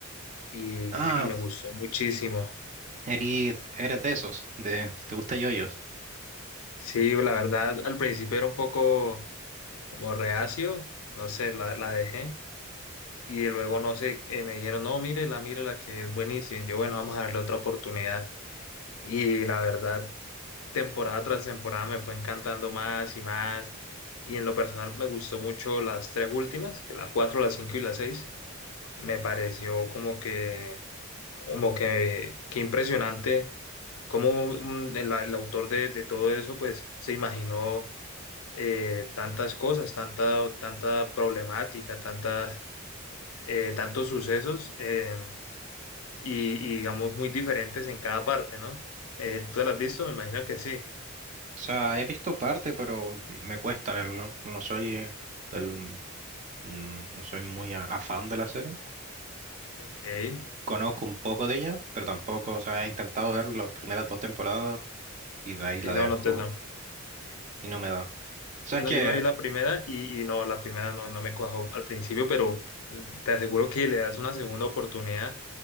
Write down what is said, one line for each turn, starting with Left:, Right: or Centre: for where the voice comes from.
Left: y,
Right: Ah,
Left: y me gustó muchísimo.
Right: eres, eres de esos. De, ¿te gusta yoyos?
Left: Sí, la verdad, al principio era un poco como reacio, no sé, la, la dejé. Y luego, no sé, eh, me dijeron, no, mírela, mírela, que es buenísima. Y Yo, bueno, vamos a darle otra oportunidad. Y la verdad, temporada tras temporada me fue encantando más y más. Y en lo personal me gustó mucho las tres últimas, que la cuatro, la cinco y la seis. Me pareció como que, como que, que impresionante cómo mm, el, el autor de, de todo eso, pues, se imaginó eh, tantas cosas, tanta, tanta problemática, tantas, eh, tantos sucesos eh, y, y, digamos muy diferentes en cada parte, ¿no? Eh, ¿tú la has visto? Me imagino que sí.
Right: O sea, he visto parte, pero me cuesta verlo. No soy eh, del, mm, no soy muy a- afán de la serie.
Left: Ok. Y
Right: Conozco un poco de ella, pero tampoco, o sea, he intentado ver las primeras dos temporadas y de ahí la dejo
Left: no, no te no.
Right: y no me da. ¿Sabes
Left: No,
Right: qué?
Left: yo me vi la primera y, y no, la primera no, no me cuajó al principio, pero mm, te aseguro que le das una segunda oportunidad,